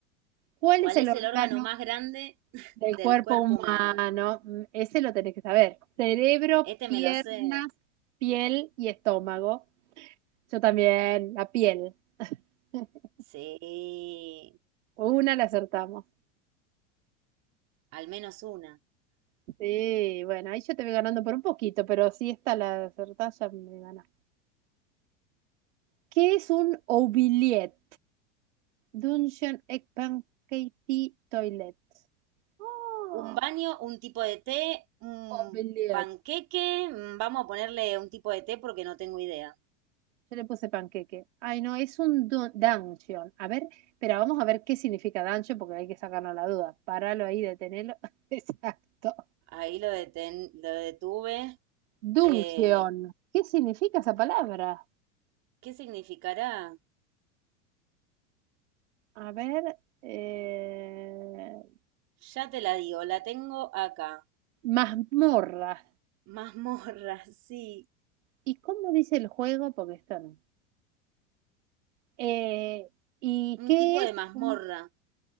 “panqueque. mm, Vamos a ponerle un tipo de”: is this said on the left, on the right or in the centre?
Right